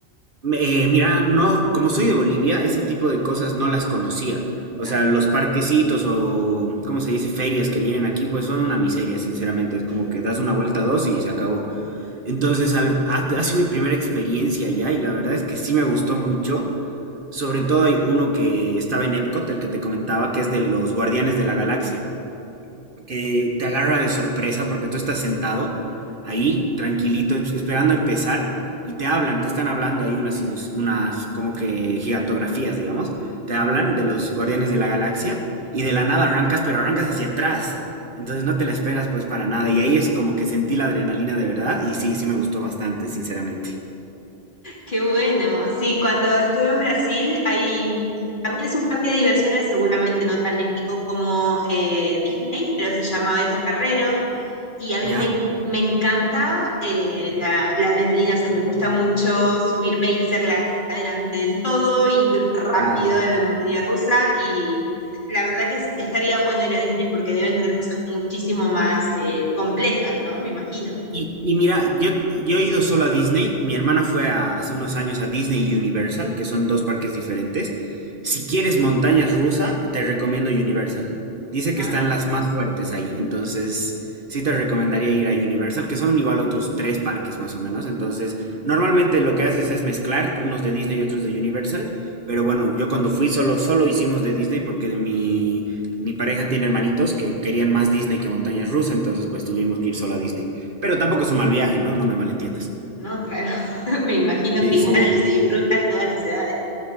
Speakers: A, on the right (about 55°); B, on the left (about 50°).
A: Me- eh, mira, no, como soy de Bolivia, ese tipo de cosas no las conocía. O
B: Ah,
A: sea, los parquecitos o, ¿cómo se dice? Ferias que vienen aquí, pues son una miseria, sinceramente. Es como
B: <laughs>
A: que das una vuelta dos y se acabó. Entonces, al, ha, ha sido mi primera experiencia allá y la verdad es que sí me gustó mucho. Sobre todo hay uno que estaba en Epcot, el que te comentaba, que es de los Guardianes de la Galaxia que te agarra de sorpresa porque tú estás sentado ahí, tranquilito, es- esperando a empezar, y te hablan, te están hablando ahí unas, ilus- unas como que gigantografías, digamos, te hablan de los guardianes de la galaxia, y de la nada arrancas, pero arrancas hacia atrás, entonces no te la esperas pues para nada, y ahí es como que sentí la adrenalina de verdad, y sí, sí me gustó bastante, sinceramente.
B: Qué bueno. Sí, cuando estuve en Brasil, hay, también es un parque de diversiones, seguramente no tan épico como eh, Disney, pero se llama Beto Carrero. Y a mí
A: Ya,
B: me, en- me encanta eh, la, la adrenalina, o sea, me gusta mucho subirme y ser la que está delante del todo, ir rápido
A: ya.
B: en la montaña rusa. Y la verdad que es- estaría bueno ir a Disney porque deben tener cosas muchísimo más eh, complejas, ¿no? Me imagino.
A: Y, y mira, yo, yo he ido solo a Disney, mi hermana fue a- hace unos años a Disney y Universal, que son dos parques diferentes. Si quieres montañas rusa, te recomiendo Universal. Dice que
B: Ujú.
A: están las más fuertes ahí, entonces sí te recomendaría ir a Universal, que son igual otros tres parques más o menos. Entonces, normalmente lo que haces es mezclar unos de Disney y otros de Universal, pero bueno, yo cuando fui solo, solo hicimos de Disney porque de mi, mi pareja tiene hermanitos que querían más Disney que montañas rusa, entonces pues tuvimos que ir solo a Disney. Pero tampoco es un mal viaje, ¿no? No me malentiendas.
B: No, claro. <laughs> Me imagino
A: Sí,
B: que igual
A: sí.
B: se disfruta a todas las edades.